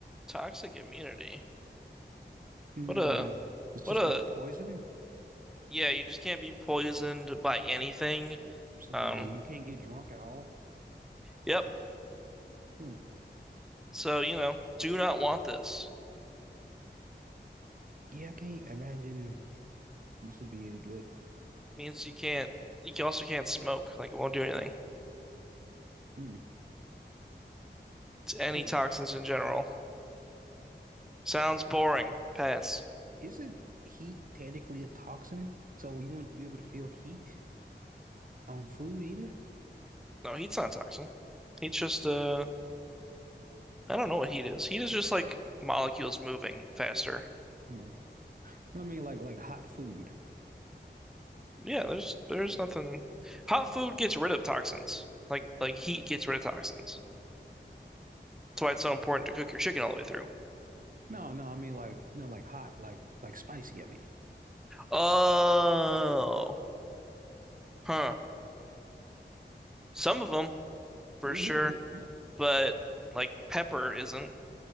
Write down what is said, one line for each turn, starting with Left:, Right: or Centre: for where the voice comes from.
Centre: Toxic immunity.
Right: Mm,
Centre: What a
Right: it's just
Centre: what a
Right: like poison,
Centre: yeah, you just can't be poisoned by anything.
Right: so
Centre: Um,
Right: you can't get drunk at all.
Centre: yep.
Right: Hmm.
Centre: So, you know, do not want this.
Right: Yeah, I can't imagine this would be any good.
Centre: Means you can't you can- also can't smoke, like it won't do anything.
Right: Hmm.
Centre: It's any
Right: Yeah.
Centre: toxins in general. Sounds boring. Pass.
Right: Isn't heat technically a toxin? So you wouldn't be able to feel heat on food either?
Centre: No, heat's not a toxin. Heat's just uh I don't know what heat is. Heat is just like molecules moving faster.
Right: Hmm. No, I mean like like hot food.
Centre: Yeah, there's there's nothing. Hot food gets rid of toxins. Like like heat gets rid of toxins. That's why it's so important to cook your chicken all the way through.
Right: No, no, I mean like no, like hot, like like spicy, I mean.
Centre: Oh, huh. Some of them for
Right: <laughs>
Centre: sure, but like pepper isn't.